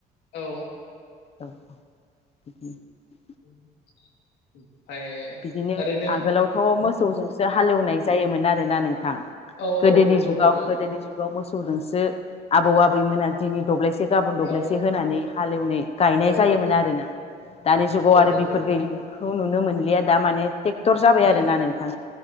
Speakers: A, on the left (about 75°); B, on the left (about 35°).
A: औ
B: औ दखनो <inaudible>
A: <inaudible>
B: बिदिनो
A: ओरैनो
B: आगोलावथ मोसौजोंसो हालेवनाय जायोमोन आरोना नों थां
A: ओ औ
B: गोदोनि
A: औ नंगौ
B: जुगाव
A: नंगौ
B: गोदोनि जुगाव मोसौ सौजोंसो आबौ आबैमोना दिनै दब्लायसे गाबोन दब्लायसे
A: औ
B: होनानै हालेवनाय गायनाय
A: औ
B: जायोमोन आरोना दानि जुगाव
A: औ
B: आरो
A: नंगौ
B: बेफोर गैलि खौ नुनो मोनलिया दा माने टेक्टर जाबाय
A: औ
B: आरोना नोंथां